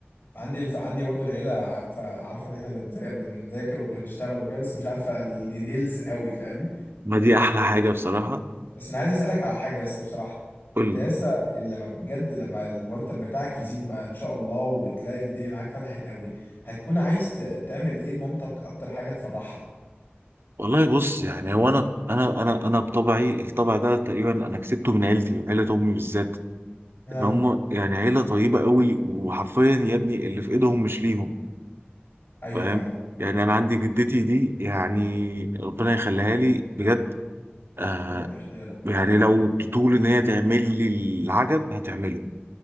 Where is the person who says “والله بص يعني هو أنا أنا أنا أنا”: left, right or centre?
Right